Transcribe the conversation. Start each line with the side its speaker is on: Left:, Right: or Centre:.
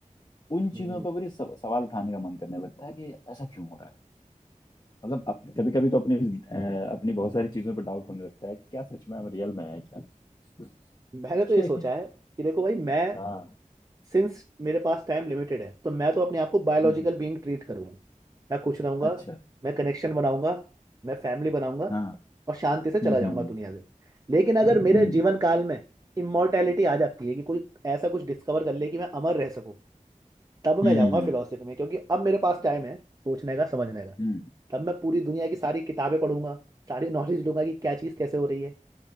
Left: उन
Right: हम्म,
Left: चीज़ों पर भी सव, सवाल उठाने का मन करने लगता है कि ऐसा क्यों हो रहा है मतलब अप, कभी कभी तो अपनी अ, अपनी बहुत सारी चीज़ों पर डाउट होने लगता है कि क्या सच में हम रियल में है क्या <laughs>
Right: <laughs> मैंने तो
Left: कि-
Right: ये सोचा है कि देखो भाई मैं
Left: हाँ
Right: सिंस मेरे पास टाइम लिमिटेड है तो मैं तो अपने आप को बायोलॉजिकल
Left: हम्म, हम्म,
Right: बीइंग ट्रीट करूंगा मैं खुश रहूंगा
Left: अच्छा
Right: मैं कनेक्शन बनाऊंगा मैं फैमिली बनाऊंगा
Left: हाँ
Right: और शांति से चला
Left: हम्म
Right: जाऊंगा
Left: हम्म
Right: दुनिया से लेकिन अगर
Left: हम्म
Right: मेरे
Left: हम्म।
Right: जीवन काल में इमोर्टैलिटी आ जाती है कि कोई ऐसा कुछ डिस्कवर कर ले कि मैं अमर रह सकूं तब
Left: हम्म
Right: मैं जाऊंगा
Left: हम्म
Right: फिलोसफी में क्योंकि अब मेरे पास टाइम है सोचने का समझने का
Left: हम्म,
Right: तब मैं पूरी दुनिया की सारी किताबें पढ़ूंगा सारी नॉलेज लूंगा कि क्या चीज़ कैसे हो रही है